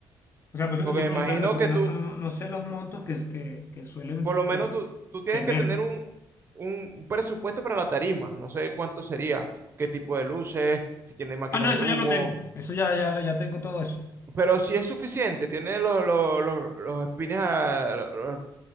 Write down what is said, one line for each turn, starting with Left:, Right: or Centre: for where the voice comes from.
Left: O sea, por eso
Right: Porque
Left: te estoy
Right: me
Left: preguntando,
Right: imagino
Left: porque
Right: que
Left: no,
Right: tú,
Left: no, no, no sé los montos que, que, que suelen este,
Right: Por lo menos tú, tú tienes
Left: tener.
Right: que tener un, un presupuesto para la tarima. No sé cuánto sería, qué tipo de luces, si tiene máquinas
Left: Ah, no, eso
Right: de humo,
Left: ya lo tengo. Eso ya, ya, ya tengo todo eso.
Right: pero si es suficiente, tiene los, los, los, los espines, a- los,